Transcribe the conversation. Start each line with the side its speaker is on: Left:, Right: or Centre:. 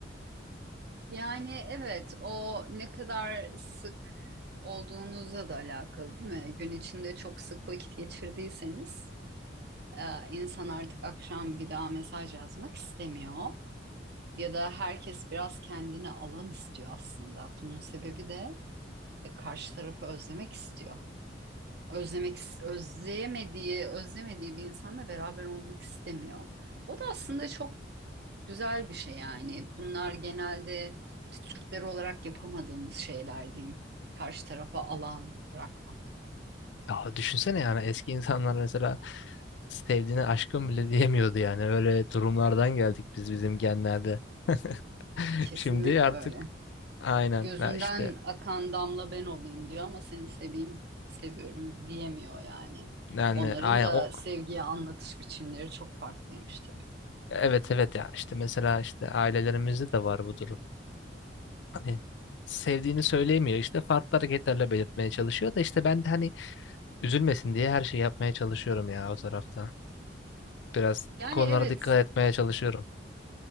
Right: Yani evet, o ne kadar sık olduğunuzla da alakalı, değil mi? Gün içinde çok sık vakit geçirdiyseniz, e, insan artık akşam bir daha mesaj yazmak istemiyor. Ya da herkes biraz kendine alan istiyor aslında. Bunun sebebi de e, karşı tarafı özlemek istiyor. Özlemek, özleyemediği, özlemediği bir insanla beraber olmak istemiyor. O da aslında çok güzel bir şey yani. Bunlar genelde biz Türkler olarak yapamadığımız şeyler diyeyim. Karşı tarafa alan bırakmak.
Left: Ya düşünsene yani eski insanlar mesela sevdiğine aşkım bile <laughs> diyemiyordu yani. Öyle durumlardan geldik biz bizim genlerde. <laughs>
Right: Kesinlikle
Left: Şimdi artık
Right: öyle.
Left: aynen
Right: Gözünden
Left: ya işte
Right: akan damla ben olayım diyor ama seni seveyim, seviyorum diyemiyor yani.
Left: yani
Right: Onların
Left: aynen
Right: da
Left: o
Right: sevgiye anlatış biçimleri çok farklıymış tabii.
Left: evet evet yani işte mesela işte ailelerimizde de var bu durum. Hani sevdiğini söyleyemiyor işte farklı hareketlerle belirtmeye çalışıyor da işte ben de hani üzülmesin diye her şeyi yapmaya çalışıyorum ya o tarafta. Biraz
Right: Yani
Left: bu konulara
Right: evet,
Left: dikkat etmeye çalışıyorum.